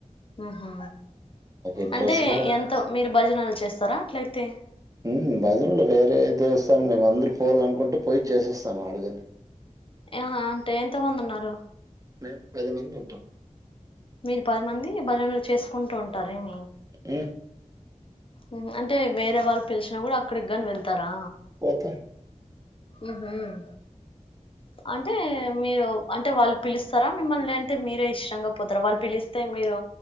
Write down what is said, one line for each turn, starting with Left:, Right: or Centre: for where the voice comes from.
Left: ఆ
Right: ఇంట్రెస్ట్‌గానే
Left: అంటే ఎంతో మీరు భజనాలు చేస్తారా అట్లయితే
Right: మ్ భజనలో వేరే దేవస్థానం మేము అందరూ పోవాలనుకుంటే పోయి చేసేస్తాము ఆడగాని
Left: ఏ హ అంటే ఎంత మంది ఉన్నారు?
Right: మేము పది మంది ఉంటాం.
Left: మీరు పది మంది భజనలు చేసుకుంటూ ఉంటారేమి
Right: హ్
Left: ఉహ్మ్ అంటే వేరే వాళ్ళు పిలిచినా కూడా అక్కడికి గాని వెళ్తారా
Right: పోతాం
Left: ఉహుమ్ అంటే మీరు అంటే వాళ్ళు పిలుస్తారా మిమ్మల్ని అంటే మీరే ఇష్టంగా పోతారా వాళ్ళు పిలిస్తే అంటే మీరు